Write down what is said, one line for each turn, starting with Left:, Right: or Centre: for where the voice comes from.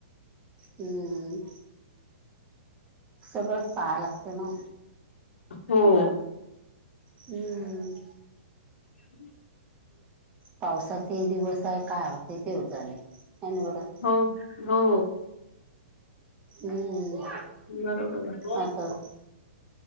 Right: हम्म सगळंच पाहावं लागतं ना
Left: हम
Right: हम्म
Left: हम्
Right: पावसाचे दिवस आहे काय होते तेवज नाही बर
Left: हो हो
Right: हम्म
Left: बरोबर आहे
Right: हताो